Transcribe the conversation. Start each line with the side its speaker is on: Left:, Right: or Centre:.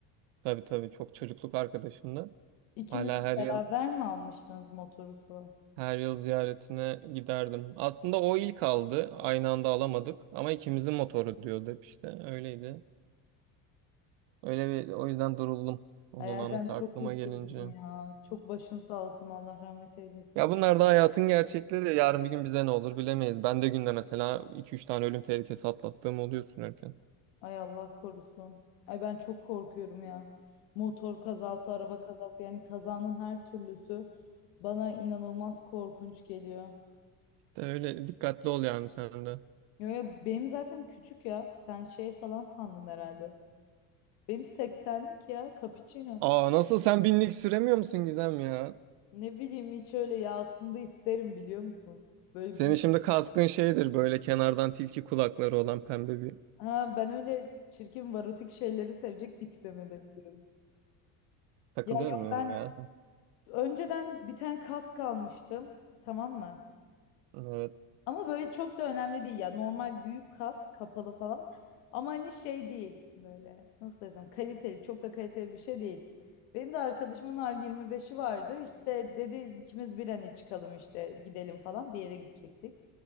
Right: tabii tabii çok çocukluk arkadaşımdı.
Left: İkiniz
Right: Hala her
Left: beraber
Right: yıl
Left: mi almışsınız motoru falan?
Right: her yıl ziyaretine giderdim. Aslında o ilk aldı. Aynı anda alamadık ama ikimizin motoru diyordu hep işte öyleydi. Öyle bir o yüzden duruldum. Onun
Left: Ay Erdem
Right: anısı
Left: çok
Right: aklıma
Left: üzüldüm
Right: gelince.
Left: ya. Çok başın sağ olsun. Allah rahmet eylesin.
Right: Ya bunlar da hayatın gerçekleri. Yarın bir gün bize ne olur bilemeyiz. Ben de günde mesela iki üç tane ölüm tehlikesi atlattığım oluyor sürerken.
Left: Ay Allah korusun. Ay ben çok korkuyorum ya. Motor kazası, araba kazası yani kazanın her türlüsü bana inanılmaz korkunç geliyor.
Right: De öyle dikkatli ol yani sen de.
Left: Yo ya benim zaten küçük ya. Sen şey falan sandın herhalde. Benim 80'lik ya cappuccino.
Right: Aa nasıl sen binlik süremiyor musun Gizem ya?
Left: Ne bileyim hiç öyle ya aslında isterim biliyor musun? Böyle
Right: Senin
Left: büyük.
Right: şimdi kaskın şeydir böyle kenardan tilki kulakları olan pembe bir.
Left: Ha ben öyle çirkin varotik şeyleri sevecek bir tipe mi benziyorum?
Right: Takılıyorum
Left: Ya yok
Right: muyum
Left: ben
Right: ya sen?
Left: önceden bir tane kask almıştım. Tamam mı?
Right: Evet.
Left: Ama böyle çok da önemli değil ya. Normal büyük kas, kapalı falan. Ama hani şey değil böyle nasıl desem kaliteli, çok da kaliteli bir şey değil. Benim de arkadaşımın ar yirmi beşi vardı. İşte dedi ikimiz bir hani çıkalım işte gidelim falan bir yere gidecektik.